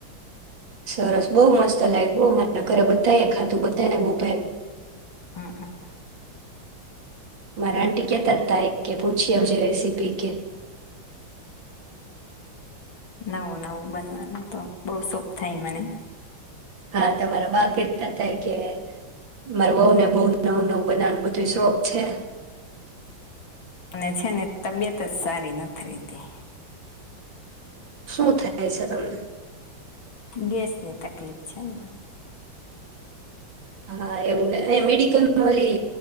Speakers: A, on the right; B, on the left.
A: શરસ બહુ મસ્ત લાઇગુ, અમારા ઘરે બધા એ ખાધું બધા ને બો ભાઈવુ
B: હા, હા.
A: મરા આંટી કે તતા પૂછી આવજે રેસીપી કે
B: નવું નવું બનવાનું તો બો સુખ થાય મને.
A: હા. તમારા બા કેતા કે મારું વઉ ને બો નવું નવું બનાવવાનું બધું શોખ છે.
B: અને છે ને તબિયતજ સારી નથી રેહતી.
A: શું થાય છે, તમને?
B: ગેસની તકલીફ છે ને મને.
A: હા, એવું મેડિકલમાં ઓલી